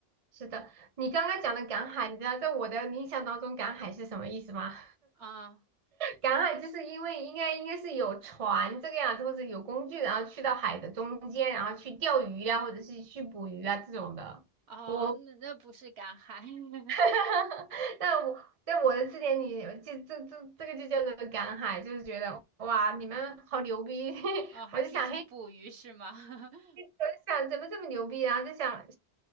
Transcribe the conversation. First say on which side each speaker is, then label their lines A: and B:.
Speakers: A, on the right; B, on the right.
A: 是的。你刚刚讲的赶海，你知道在我的印象当中，赶海是什么意思吗？
B: 啊。
A: 赶海就是因为应该应该是有船这个样子，或者有工具，然后去到海的中间，然后去钓鱼呀、或者是去捕鱼啊这种的。
B: 哦，
A: 我，
B: 那那不是赶海，<laughs>
A: <laughs> 但我在我的字典里，这这这这个就叫做赶海，就是觉得哇，你们好牛逼！<laughs>
B: 哦，还可以去捕鱼是吗？
A: 我就想，嘿，
B: <laughs>
A: 我就想怎么这么牛逼，然后就想